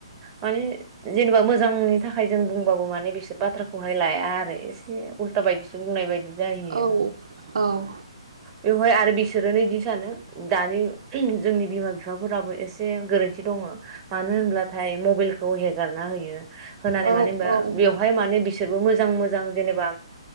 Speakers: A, on the right (about 20°); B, on the right (about 70°).
A: मानि जेनेबा मोजांनि नि थाखाय जों बुंबाबो माने बिसोर बाथ्राखौहाय लाया आरो एसे उल्था बायदिसो बुंनाय बायदि जाहैयो
B: औ औ
A: बेवहाय आरो बिसोरनोदि सानो दानि जोंनि बिमा बिफाफोराबो एसे गोरोनथि दङ'मानो होनब्लाथाय मबाइखौ हेगारना होयो होननानै
B: औ
A: मानो होनबा
B: औ
A: बेवहाय माने बिसोरबो मोजां मोजां जेनेबा